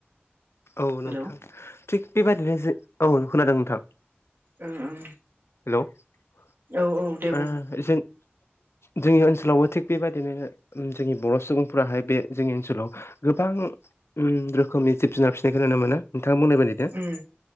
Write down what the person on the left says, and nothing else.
औ
नोंथां थिग बेबायदिनो जो औ खोनादों नोंथां।
हेलौ ओ
जों जोंनि ओनसोलावबो थिग बेबायदिनो जोंनि बर' सुबुंफोराहाय बे जोंनि ओनसोलाव गोबां ओम रोखोमनि जिब जुनार फिसिनायखौ नुनो मोनो नोंथाङा बुंनाय बादि नो